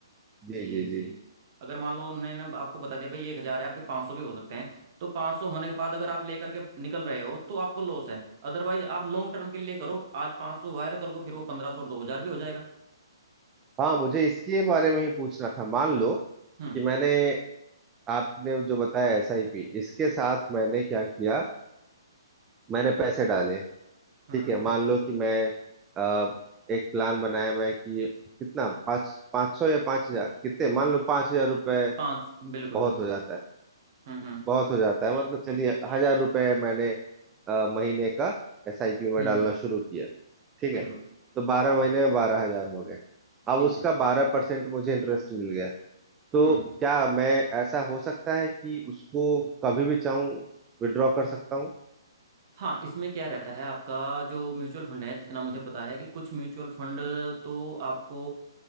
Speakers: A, on the right (about 35°); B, on the right (about 15°).
A: जी
B: जी जी
A: जी
B: जी
A: जी। अगर मान लो उन्होंने ना आपको बता दिया भाई एक हजार है आपके पाँच सौ भी हो सकते हैं तो पाँच सौ होने के बाद अगर आप लेकर के निकल रहे हो तो आपको लॉस है अदरवाइज आप लॉन्ग टर्म के लिए करो आज पाँच सौ हुआ है तो कल को फिर वो पंद्रह सौ और दो हजार भी हो जाएगा
B: हाँ मुझे इसके बारे में ही पूछना था मान लो
A: हम्म
B: कि मैंने आपने जो बताया एस आई पी इसके साथ मैंने क्या किया मैंने पैसे डाले
A: हम्म
B: ठीक है मान लो कि मैं अ, एक प्लान बनाया मैं कि कितना पाँच पाँच सौ या पाँच हजार कितने मान लो पाँच हजार रुपये
A: पाँच बिल्कुल
B: बहुत
A: बिल्कुल
B: हो जाता है
A: हम्म हम्म
B: बहुत हो जाता है मतलब चलिए हजार रुपए मैंने अ, महीने का एसआईपी में
A: हम्म
B: डालना
A: हम्म,
B: शुरू किया ठीक
A: बिल्कुल
B: है तो बारह महीने में बारह हजार हो गए
A: ठीक
B: अब उसका
A: है
B: बारह परसेंट मुझे इंटरेस्ट मिल गया तो
A: हम्म
B: क्या मैं ऐसा हो सकता है कि उसको कभी भी चाहूं विड्रॉ कर सकता हूँ
A: हाँ इसमें क्या रहता है आपका जो म्यूचुअल फंड है जितना मुझे पता है कि कुछ म्यूचुअल फंड तो आपको